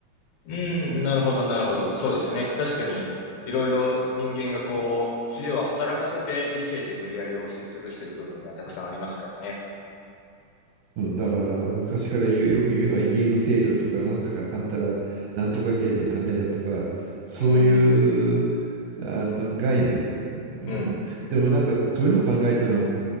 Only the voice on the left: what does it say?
うん。なるほど、なるほど。そうですね。確かに、いろいろ人間がこう、知恵を働かせて理性で無理やり押し潰してる部分がたくさんありますからね。
うん。
うん。